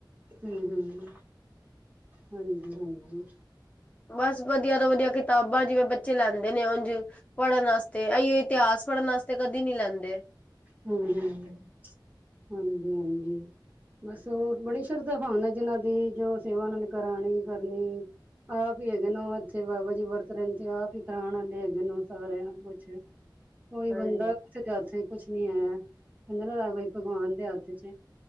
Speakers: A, on the right; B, on the left.
A: ਹੂੰ -ਹੂੰ, ਹੂੰ, ਹਾਂਜੀ-ਹਾਂਜੀ।
B: ਬਸ ਵਧੀਆ ਤੋਂ ਵਧੀਆ ਕਿਤਾਬਾਂ ਜਿਵੇਂ ਬੱਚੇ ਲੈਂਦੇ ਨੇ ਉੰਝ ਪੜ੍ਹਨ ਵਾਸਤੇ, ਇਹੀਓ ਇਤਿਹਾਸ ਪੜ੍ਹਨ ਵਸਤੇ ਕਦੇ ਨੀ ਲੈਂਦੇ।
A: ਹੂੰ -ਹੂੰ, ਹਾਂਜੀ-ਹਾਂਜੀ। ਬਸ ਉਹ ਬੜੀ ਸ਼ਰਧਾ ਭਾਵਨਾ ਜਿਨਾਂ ਦੀ ਜੋ ਸੇਵਾ ਉਹਨਾਂ ਨੇ ਕਰਾਉਣੀ ਕਰਨੀ। ਆਪ ਈ ਹੈਗੇ ਨੇ ਇੱਥੇ ਬਾਬਾ ਜੀ ਵਰਤ ਰਹਿੰਦੇ ਆ ਕੀ ਕਰਾਉਣ ਆਉਦੇ ਹੈਗੇ ਨੇ ਸਾਰਿਆਂ ਕੁਛ।
B: <inaudible>
A: ਕੋਈ
B: ਹਾਂਜੀ
A: ਬੰਦਾ ਕਿਸੇ ਦੇ ਹੱਥ 'ਚ ਕੁਛ ਨੀ ਕਹਿੰਦਾ ਨਾ ਰਾਵਈ ਭਗਵਾਨ ਦੇ ਹੱਥ 'ਚ ਨੇ।